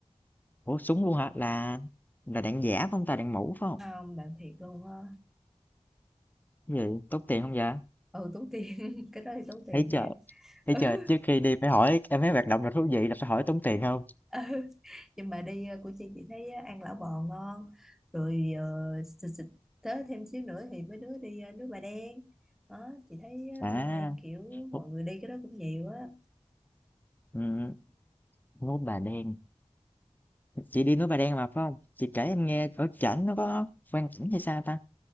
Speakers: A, on the left; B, in the centre.
A: Ủa, súng luôn hả? Là là đạn giả phải không ta, đạn mũ phải không?
B: không bạn thiệt luôn á
A: Cái gì, tốn tiền không vậy?
B: ừ tốn tiền <laughs> cái đó thì tốn tiền
A: Thấy chưa?
B: nha
A: Thế
B: <laughs>
A: chờ trước khi đi phải hỏi em thấy hoạt động nào thú vị là phải hỏi tốn tiền không?
B: Ừ, nhưng mà đi ờ, của chị chị thấy ờ, ăn lẩu bò ngon rồi ờ, xịt xịt tới thêm xíu nữa thì mấy đứa đi ờ, nước bà đen đó chị thấy ờ,
A: À,
B: bữa nay kiểu
A: ô,
B: mọi người đi cái đó cũng nhiều á
A: ừm, núi Bà Đen, chị đi núi Bà Đen mà, phải không? Chị kể em nghe ở trển nó có quan cảnh hay sao ta?